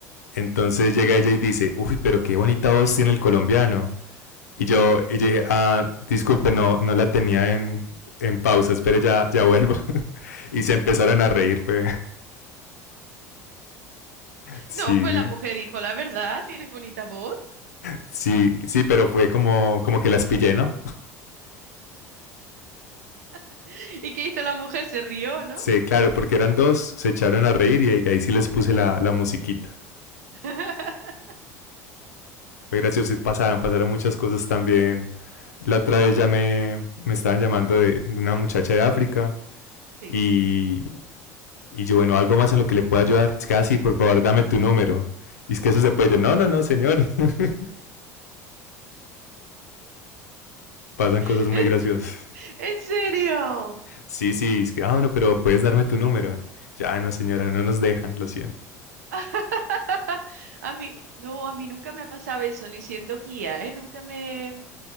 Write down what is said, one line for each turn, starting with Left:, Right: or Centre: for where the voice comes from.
Left: Entonces llega ella y dice, uy, pero qué bonita voz tiene el colombiano. Y yo, y yo dije, ah, disculpe, no, no la tenía en, en pausa, espere, ya, ya vuelvo. <laughs> y se empezaron a reír, fue, Sí,
Right: No, pues
Left: sí,
Right: la mujer dijo, la verdad, tienes bonita voz.
Left: sí, sí, pero fue como, como que las pillé, ¿no?
Right: <laughs> ¿Y qué hizo la mujer? Se rió, ¿no?
Left: Sí, claro, porque eran dos, se echaron a reír y, ahí- ahí sí les puse la, la musiquita.
Right: <laughs>
Left: Fue gracioso y pasaron, pasaron muchas cosas también. La otra vez ya me, me estaban llamando de de una muchacha de África
Right: Sí.
Left: y, y yo, bueno, algo más en lo que le pueda ayudar. Es que, ah, sí, por favor, dame tu número. Y es que eso se puede. Yo, no, no, no, señor. <laughs> Pasan
Right: <laughs>
Left: cosas muy graciosas.
Right: ¿En serio?
Left: Sí, sí, es que, ah, bueno, pero puedes darme tu número. Ya, no, señora, no nos dejan, lo siento.
Right: <laughs> A mí, no, a mí nunca me ha pasado eso, ni siendo guía, ¿eh? Nunca me...